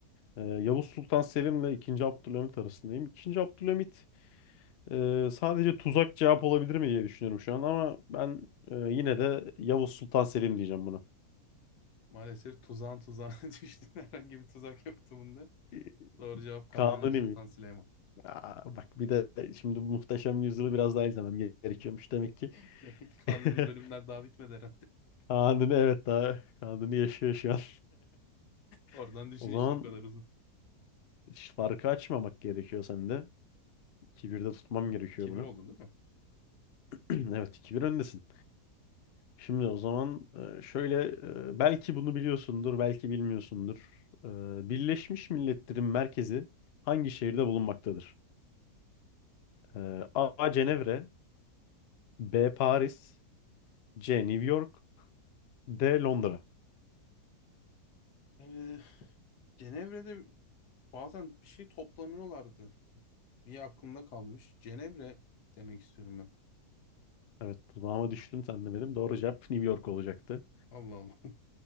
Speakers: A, on the left; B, on the left.
A: E, Yavuz Sultan Selim'le 2. Abdülhamit arasındayım. 2. Abdülhamit e, sadece tuzak cevap olabilir mi diye düşünüyorum şu an ama ben e, yine de Yavuz Sultan Selim diyeceğim buna.
B: Maalesef tuzağın tuzağına <laughs> düştün. Herhangi bir tuzak yoktu bunda.
A: E,
B: Doğru cevap Kanuni
A: Kanuni
B: Sultan
A: mi?
B: Süleyman.
A: Aa, bak bir de şimdi bu Muhteşem Yüzyıl'ı biraz daha izlemem gerekiyormuş demek ki.
B: <laughs> Demek ki Kanuni
A: <laughs>
B: bölümler daha bitmedi herhalde.
A: Kanuni evet daha Kanuni yaşıyor şu an.
B: Oradan
A: <laughs>
B: düşün
A: O zaman
B: işte o kadar uzun.
A: Hiç Farkı açmamak gerekiyor sende. iki birde tutmam gerekiyor
B: 2-1
A: bunu.
B: oldu değil mi?
A: <clears throat> Evet iki bir öndesin. Şimdi o zaman e, şöyle e, belki bunu biliyorsundur belki bilmiyorsundur. E, Birleşmiş Milletler'in merkezi hangi şehirde bulunmaktadır? E, A. Cenevre B. Paris C. New York D. Londra.
B: Ee, Cenevre'de bazen bir şey toplanıyorlardı. Bir aklımda kalmış. Cenevre demek istiyorum ben.
A: Evet dudağıma düştün sen de benim. Doğru cevap New York olacaktı.
B: Allah Allah.